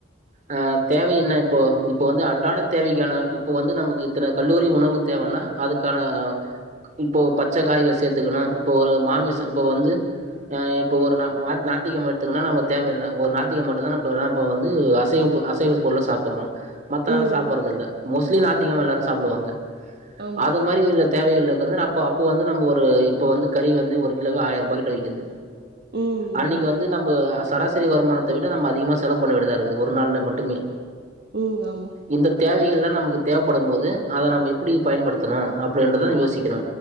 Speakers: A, on the right; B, on the right.
A: ஆ தேவ என்ன இப்போ இப்ப வந்து அன்றாட தேவைக்கான இப்போ வந்து நமக்கு க்கிற கல்லூரி உணவு தேவன்னா அதுக்கான இப்போ பச்ச காய்க சேத்துக்கணு இப்போ ஒரு மாமிச இப்போ வந்து இப்போ ஒரு <unintelligible> ஞாயித்துகிழம எடுத்துக்கன்னா நம்ம தேவ என்ன ஒரு ஞாயித்துகிழம மட்டு தா நம்ம இப்ப வந்து அசைவ் பொ அசைவ பொருள சாப்புட்றோ மத்த
B: ம்
A: நாள் சாப்புட்றது இல்ல மோஸ்ட்லி நாத்திகிலமா எல்லாரு சாப்டுவாங்க
B: ஆமா
A: அது மாரி இதுல தேவைகல்ளுக்கு வந்து அப்ப அப்போ வந்து நம்ம ஒரு இப்போ வந்து கறி வந்து ஒரு கிலோக்கு ஆயிரரூபாய கிட்ட விக்குது
B: ம்
A: அன்னைக்கு
B: ஆமா
A: வந்து நம்ம சராசரி வருமானத்த விட நம்ம அதிகமா செலவு பண்ண வேண்டியுதா இருக்குது ஒரு நாள்ல மட்டுமே
B: ம் ஆமா
A: இந்த தேவைகல்லா நமக்கு தேவைப்படும் போது அத நம்ம எப்படி பயன்படுத்தணு அப்டின்றதா யோசிக்கணு